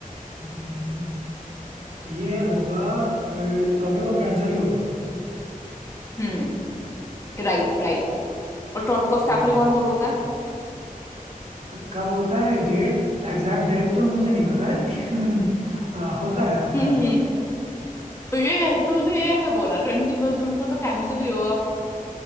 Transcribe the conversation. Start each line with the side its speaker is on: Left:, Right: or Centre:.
Right: हम्म, हम्म। ये होगा ट्रॉपिक ऑफ कैंसर ही होगा
Left: हम्म राइट राइट और ट्रॉपिक ऑफ कैप्रिकॉर्न
Right: हाँ भाई
Left: कब होता है
Right: कब होता है डेट एग्जैक्ट डेट तो मुझे नहीं पता है लेकिन <laughs> अ, होता
Left: हम्म
Right: है होता
Left: हम्म,
Right: है
Left: तो ये तूने ये कैसे बोला ट्वेंटी फर्स्ट जून को तो कैंसर ही होगा